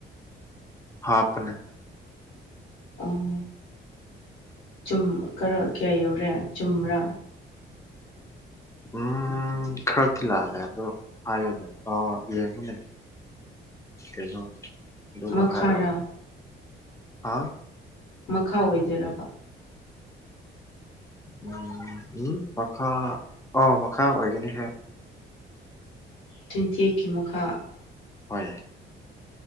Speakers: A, on the left; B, on the left.
A: ꯍꯥꯞꯄꯅꯦ
B: ꯑꯍꯥ ꯆꯨꯝ ꯀꯔ ꯀꯌꯥ ꯌꯧꯔꯦ ꯆꯨꯝꯔꯥ
A: ꯎꯝ ꯈꯔꯗꯤ ꯂꯥꯜꯂꯦ ꯑꯗꯨ ꯍꯥꯏꯌꯨꯅꯦ ꯑ ꯌꯦꯡꯉꯨꯅꯦ ꯀꯩꯅꯣ ꯑꯗꯨꯒ
B: ꯃꯈꯥꯔꯥ
A: ꯍꯥꯏꯔꯣ ꯍꯥ
B: ꯃꯈꯥ ꯑꯣꯏꯗꯣꯏꯔꯕ
A: ꯎꯝ ꯎꯝ ꯃꯈꯥ ꯑꯣ ꯃꯈꯥ ꯑꯣꯏꯒꯅꯤꯍꯦ
B: ꯇ꯭ꯋꯦꯟꯇꯤ ꯑꯩꯠꯀꯤ ꯃꯈꯥ
A: ꯍꯣꯏ